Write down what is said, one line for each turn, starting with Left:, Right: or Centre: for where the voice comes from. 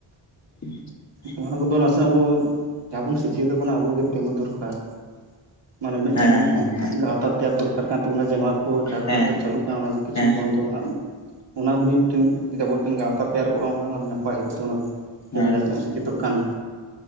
Left: ᱦᱩᱸ, <inaudible>
Right: ᱱᱚᱣᱟ ᱠᱚᱫᱚ ᱱᱟᱥᱮ ᱟᱵᱚ ᱡᱟᱦᱟᱸ ᱵᱚᱱ ᱥᱮᱪᱮᱫᱚᱜ ᱠᱟᱱᱟ ᱟᱵᱚ ᱜᱮ ᱛᱤᱸᱜᱩ ᱫᱚᱨᱠᱟᱨ᱾ ᱢᱟᱱᱮ ᱢᱤᱫᱴᱮᱱ
Left: ᱦᱮᱸ ᱦᱮᱸ ᱦᱮᱸ
Right: ᱜᱟᱶᱛᱟ ᱛᱮᱭᱟᱨ ᱫᱚᱨᱠᱟᱨ ᱠᱟᱱ ᱛᱟᱵᱳᱱᱟ ᱡᱮ ᱱᱚᱣᱟ᱾ ᱡᱟᱦᱟᱸ
Left: ᱦᱮᱸ
Right: ᱠᱚ ᱱᱤᱛᱚᱜ ᱪᱟᱹᱞᱩᱜ ᱠᱟᱱᱟ ᱚᱱᱟ ᱠᱚ ᱠᱤᱪᱷᱩ
Left: ᱦᱮᱸ
Right: ᱵᱚᱱᱫᱚ ᱨᱮᱱᱟᱜ, ᱚᱱᱟ ᱠᱚ ᱢᱤᱫᱴᱮᱱ ᱡᱮ ᱟᱵᱮᱱ ᱜᱟᱶᱛᱟ ᱛᱮᱭᱟᱨ ᱠᱚᱜᱼᱟ ᱚᱱᱟ ᱱᱟᱯᱟᱭ ᱦᱩᱭᱩᱜᱜ ᱛᱟᱚᱱᱟ ᱠᱮᱢᱮᱨᱟᱱ,
Left: ᱦᱮᱸ
Right: ᱛᱳᱜᱠᱟᱱ